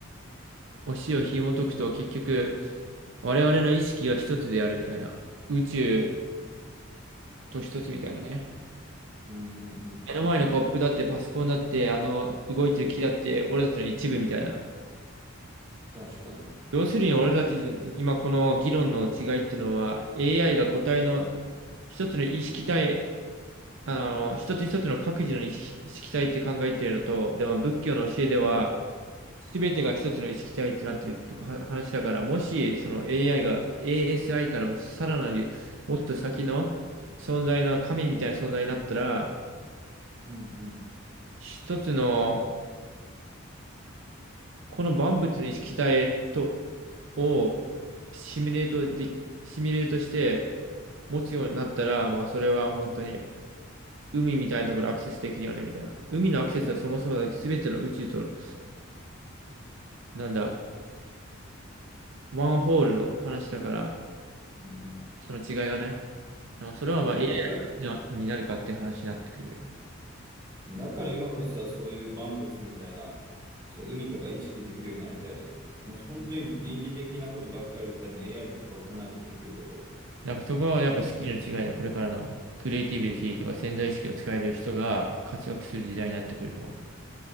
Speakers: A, on the right; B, on the right.
A: 教えを紐解くと結局我々の意識は一つであるみたいな、宇宙と一つみたいなね。
B: うんうんうん。
A: 目の前のコップだってパソコンだってあの動いてる木だって俺たちの一部みたいな。
B: 確かに。うん
A: 要するに俺らって今この議論の違いってのは AI が個体の一つの意識体、あの、一つ一つの各自の意識、意識体って考えてるのと、でも仏教の教えでは全てが一つの意識体ってなってるっては話だから、もしその AI が ASI からもさらなりもっと先の存在の神みたいな存在になったら、
B: うん。
A: 一つのこの万物の意識体と、をシミュレートでき、シミュレートして、持つようになったら、まあ、それは本当に海みたいなところアクセスできるよね、みたいな。海のアクセスはそもそも全ての宇宙と、なんだ、ワンホールの話だから、
B: うんうん
A: その違いがね。まあ、それはまあ
B: いや、
A: a
B: だから、
A: アイになるかっていう話になってくるよね。
B: だから今こそさ、そういう万物みたいな、そう、海とか意識できるようになりたいよね。もう本当に倫理的なことばっかり言ったらもう AI と変わらないでできること。
A: なんかそこはやっぱスキルの違いだ。これからのクリエイティビティとか潜在意識を使える人が活躍する時代になってくると思うね。